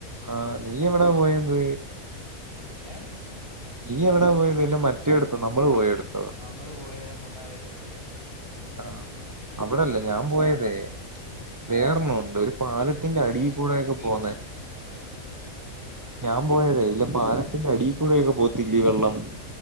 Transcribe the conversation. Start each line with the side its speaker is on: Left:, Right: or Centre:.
Right: ആഹ് നീ എവിടാ പോയത്
Left: ഏഹ്
Right: നീ എവിടാ പോയത്, മറ്റേ എടുത്തു നമ്മള് പോയ എടുത്തോ
Left: നമ്മള് പോയത് കൊട്ടാരക്കരയില്
Right: ആ അവിടെല്ലേ ഞാൻ പോയതേ വേറെന്നുണ്ട് ഒരു പാലത്തിന്റെ
Left: എന്ത് എന്തോ
Right: അടിയിൽ കൂടെയൊക്കെ
Left: കേട്ടില്ല
Right: പോന്നേ
Left: ഹലോ
Right: ഞാൻ പോയതേ ഇല്ല പാലത്തിന്റെ അടിൽ കൂടൊക്കെ പോകത്തില്ലേ വെള്ളം